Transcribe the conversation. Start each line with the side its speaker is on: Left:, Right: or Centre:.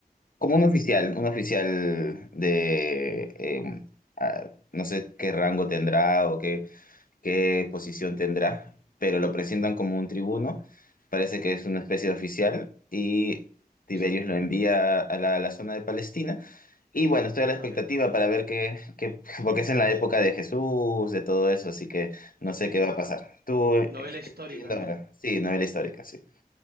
Left: como un oficial, un oficial de, eh, ah, no sé qué rango tendrá o qué, qué posición tendrá, pero lo presentan como un tribuno, parece
Right: Ok,
Left: que es una especie de oficial y Tiberios
Right: sí,
Left: lo envía a la, a la zona de Palestina. Y bueno, estoy a la
Right: vale.
Left: expectativa para ver qué, qué, <laughs> porque es en la época de Jesús, de todo eso, así que no
Right: Ok.
Left: sé qué va a pasar. ¿Tú eh,
Right: Novela
Left: qué, qué
Right: histórica,
Left: estás leyendo
Right: ¿no?
Left: ahora? Sí, novela histórica, sí.